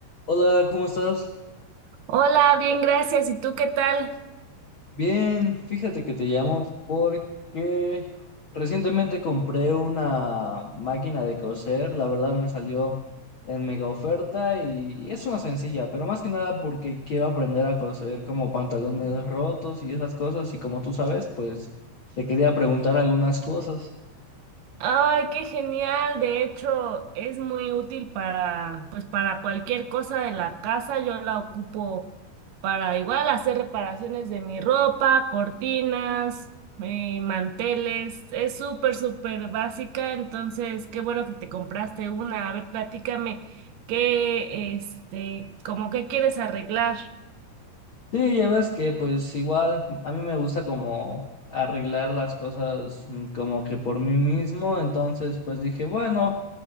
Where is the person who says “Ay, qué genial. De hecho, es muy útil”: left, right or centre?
Right